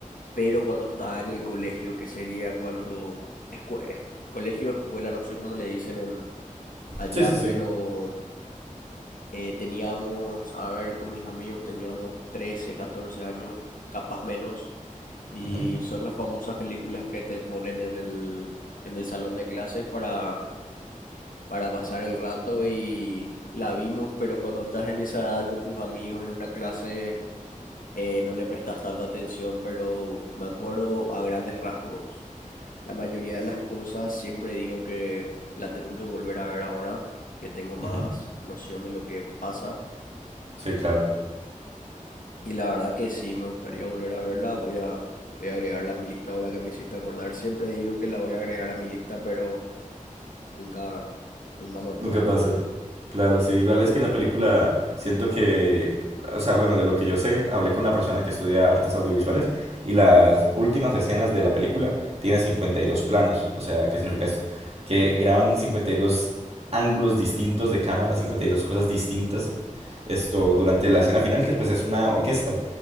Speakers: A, on the left; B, on the right.
A: pero cuando estaba en el colegio, que sería cuando... escue- es- colegio o escuela, no sé cómo le dicen en, allá,
B: Sí, sí, sí.
A: pero eh, teníamos, a ver, con mis amigos teníamos 13 14 años, capaz menos. Y
B: Ujú,
A: son las famosas películas que te ponen en el, en el salón de clases para, para pasar el rato y la vimos, pero cuando estás en esa edad con tus amigos en una clase eh, no le prestas tanta atención, pero me acuerdo a grandes rasgos. La mayoría de las cosas siempre digo que la tengo que volver a ver ahora, que tengo más
B: ujú.
A: noción de lo que pasa.
B: Sí, claro.
A: Y la verdad que sí, me gustaría volver a verla. Voy a, voy a agregarla a mi lista ahora que me hiciste acordar. Siempre digo que la voy a agregar a mi lista, pero nunca, nunca me acuerdo.
B: Nunca pasa. Claro, sí. Igual es que la película, siento que, o sea, bueno, de lo que yo sé, hablé con una persona que estudia artes audiovisuales y las últimas escenas de la película tiene 52 planos. O sea, ¿qué significa esto? Que graban 52 ángulos distintos de cámara, 52 cosas distintas. Esto durante la escena final, que pues es una orquesta